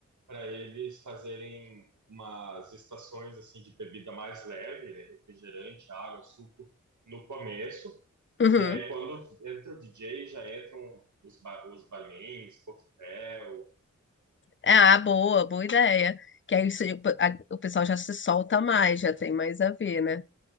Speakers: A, on the right; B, on the left.
A: para eles fazerem umas estações assim de bebida mais leve, né? refrigerante, água, suco, no começo.
B: Uhum.
A: E aí, quando entra o DJ, já entram os, ba os barmans, coquetel,
B: É, Ah, boa, boa ideia. Que aí isso- a- o pessoal já se solta mais, já tem mais a ver, né?